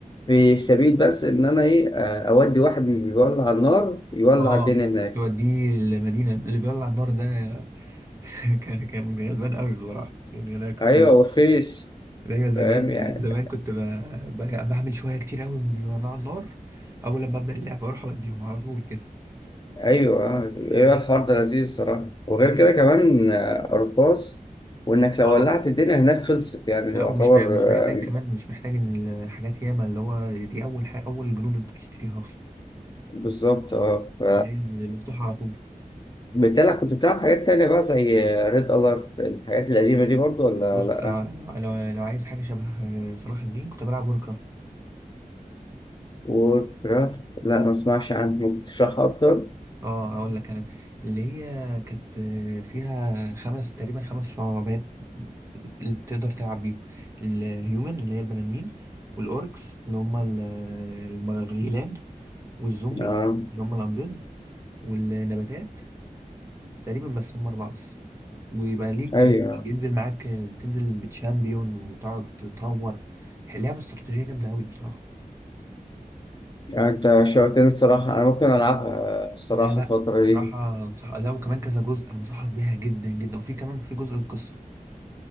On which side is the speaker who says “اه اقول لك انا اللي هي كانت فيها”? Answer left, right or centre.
Right